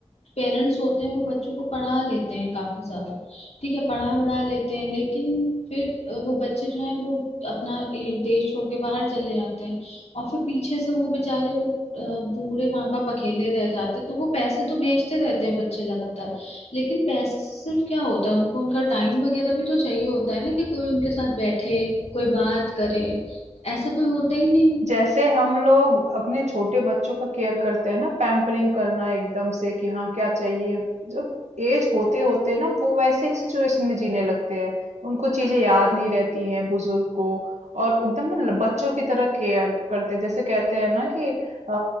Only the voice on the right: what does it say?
जैसे हम लोग अपने छोटे बच्चों का केयर करते हैं ना, पैम्परिंग करना एकदम से कि हाँ, क्या चाहिए। जब एज होते-होते ना वो वैसे ही सिचुएशन में जीने लगते हैं। उनको चीज़ें याद नहीं रहती हैं बुजुर्ग को और एकदम ना ल बच्चों की तरह केयर करते हैं। जैसे कहते हैं ना कि अ,